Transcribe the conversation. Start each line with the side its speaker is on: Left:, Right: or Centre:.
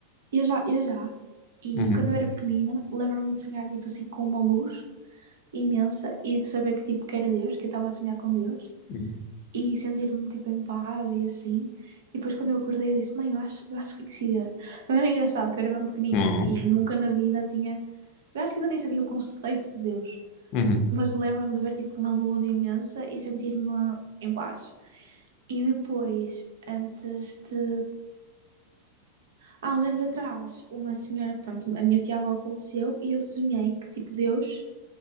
Right: Eu já, eu já. E
Left: Uhum.
Right: quando eu era pequenina, lembro-me de sonhar, tipo assim, com uma luz. imensa e de saber que tipo que era Deus, que eu estava a sonhar com Deus
Left: Uhum.
Right: e sentir-me tipo em paz e assim. E depois quando eu acordei eu disse, mãe, eu acho, eu acho que conheci Deus. Foi bem engraçado que eu era bem pequenina
Left: Ah,
Right: e nunca na vida tinha, eu acho que ainda nem sabia o conceito de Deus,
Left: uhum.
Right: mas lembro-me de ver tipo uma luz imensa e sentir-me em paz. E depois, antes de. Há uns anos atrás, uma senhora, pronto, a minha tia-avó faleceu e eu sonhei que, tipo, Deus